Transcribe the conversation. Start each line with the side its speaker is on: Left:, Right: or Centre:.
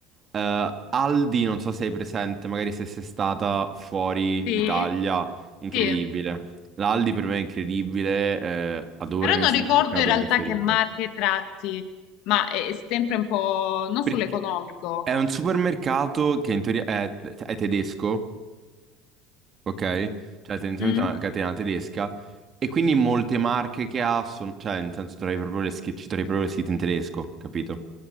Right: Eh, Aldi, non so se hai presente, magari se sei stata fuori
Left: Sì,
Right: l'Italia, incredibile.
Left: sì.
Right: L'Aldi per me è incredibile, eh, adoro
Left: Però
Right: il
Left: non
Right: mio supermercato
Left: ricordo in realtà
Right: preferito.
Left: che marche tratti, ma è sempre un po' non
Right: Perché
Left: sull'economico.
Right: è un supermercato che in teoria è è tedesco. ok? Cioè tendenzialmente
Left: Mm?
Right: è una catena tedesca e quindi molte marche che ha sono, cioè nel senso trovi proprio le schi- ci trovi proprio le scritte in tedesco, capito?